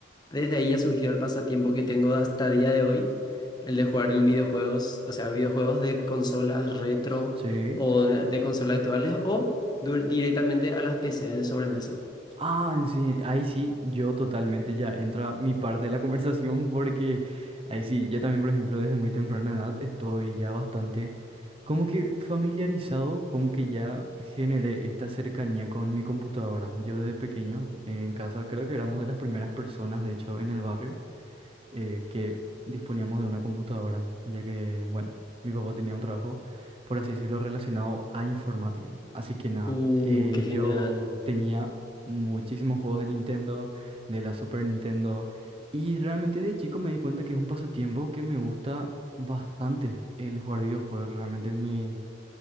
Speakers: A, on the left; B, on the right.
A: desde ahí ya surgió el pasatiempo que tengo hasta día de hoy, el de jugar en videojuegos, o sea, videojuegos de consolas retro
B: Sí,
A: o
B: sí,
A: de, de consolas actuales o du- directamente a las PCs de sobremesa.
B: Ah, sí, ahí sí, yo totalmente ya entra mi parte de la conversación <laughs> porque ahí sí, yo también, por ejemplo, desde muy temprana edad estoy ya bastante como que familiarizado, como que ya generé esta cercanía con mi computadora. Yo desde pequeño eh, en casa creo que éramos de las primeras personas, de hecho, en el barrio eh, que disponíamos de una computadora, ya que, bueno, mi papá tenía un trabajo, por así decirlo, relacionado a informática. Así que nada,
A: Uh,
B: eh,
A: qué genial.
B: yo tenía muchísimos juegos de Nintendo, de la Super Nintendo, y realmente de chico me di cuenta que es un pasatiempo que me gusta bastante el jugar videojuegos, realmente me...